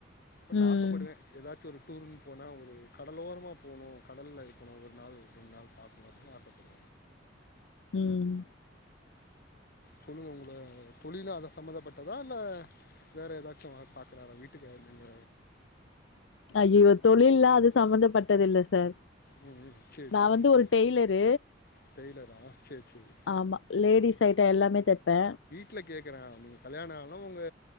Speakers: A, on the left; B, on the left.
A: பட்
B: ம்
A: ஆசப்படுவ எதாச்சு ஒரு டூருன் போனா ஒரு கடலோரமா போனு கடல்ல இருக்கணு ஒரு நாள் ரெண்டு நாள் பாக்கணு ஆசப்ப
B: ம்
A: சொல்லுங்க உங்கள தொழிலா அத சம்மதப்பட்டதா இல்ல வேற எதாச்சு ஒர்க் பாக்கறாரா வீட்டுக்கா நீங்க
B: அய்யயோ தொழில்லா அது சம்மந்தப்பட்டதில்ல சார்
A: ம்ம் சேரி
B: நா
A: சேரி
B: வந்து
A: சேரி
B: ஒரு டெய்லரு
A: டெய்லரா சேரி சேரி
B: ஆமா லேடிஸ் ஐட்டோ எல்லாமே தெப்ப
A: ட்ல கேக்கற நீங்க கல்யாணோ ஆன உங்க